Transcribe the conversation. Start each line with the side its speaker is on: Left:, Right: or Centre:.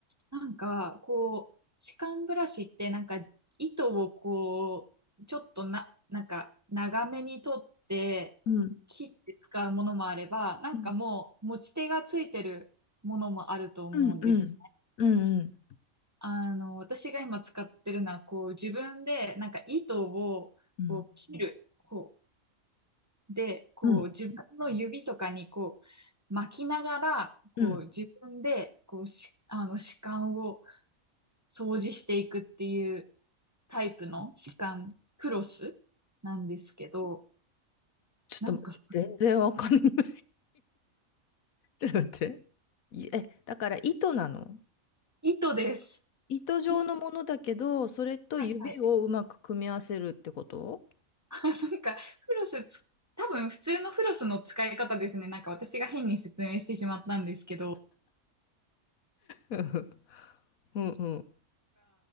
Right: なんか、こう、歯間ブラシってなんか、糸をこう、ちょっとな、なんか、長めに取って、
Left: うん。
Right: 切って使うものもあれば、なんかもう、
Left: うん。
Right: 持ち手がついてるものもあると思うんです
Left: うん。うん。うん。
Right: あの、私が今使ってるのは、こう、自分で、なんか糸を、
Left: うん。
Right: こう、切る方で、こう、
Left: うん。
Right: 自分の指とかに、こう、巻きながら、こう、
Left: うん
Right: 自分で、こう、し、あの、歯間を掃除していくっていうタイプの歯間クロスなんですけど、
Left: ちょっと待って、
Right: なんか、
Left: 全然わかんない <laughs> ちょっと待って。いえ、だから糸なの
Right: 糸です。
Left: 糸状のものだけど、
Right: い
Left: それと指をうまく組み合わせるってこと
Right: はいはい。<laughs> なんか、フロスつ、多分普通のフロスの使い方ですね。なんか私が変に説明してしまったんですけど、
Left: うんうんうん。